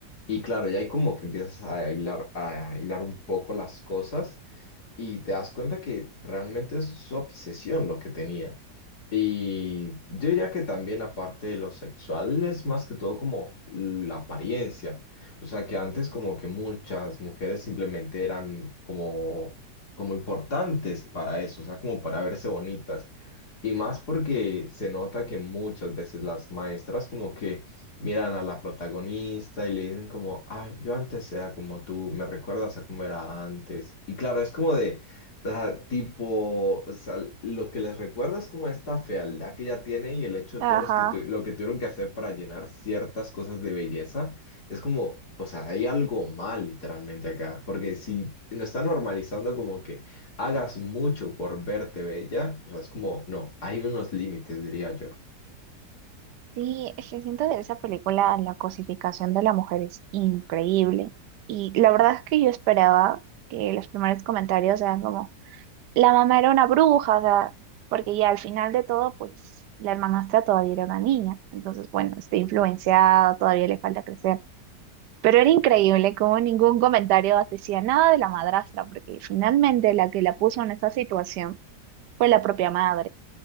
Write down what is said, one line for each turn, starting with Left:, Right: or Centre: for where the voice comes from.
Left: Y claro, ya hay como que empiezas a hilar, a hilar un poco las cosas y te das cuenta que realmente es su obsesión lo que tenía. Y yo diría que también aparte de lo sexual es más que todo como la apariencia. O sea que antes como que muchas mujeres simplemente eran como, como importantes para eso, o sea, como para verse bonitas. Y más porque se nota que muchas veces las maestras como que miran a la protagonista y le dicen como, ay, yo antes era como tú, me recuerdas a cómo era antes. Y claro, es como de, o sea, tipo, o sea, lo que les recuerda es como esta fealdad que ya tiene y el hecho
Right: Ajá.
Left: de todos los que tu- lo que tuvieron que hacer para llenar ciertas cosas de belleza. Es como, o sea, hay algo mal literalmente acá, porque si no está normalizando como que hagas mucho por verte bella, o sea, es como, no, hay unos límites, diría yo.
Right: Sí, es que siento de esa película la cosificación de la mujer es increíble. Y la verdad es que yo esperaba que los primeros comentarios eran como, la mamá era una bruja, o sea, porque ya al final de todo, pues la hermanastra todavía era una niña. Entonces, bueno, está influenciado, todavía le falta crecer. Pero era increíble como ningún comentario decía nada de la madrastra, porque finalmente la que la puso en esa situación fue la propia madre,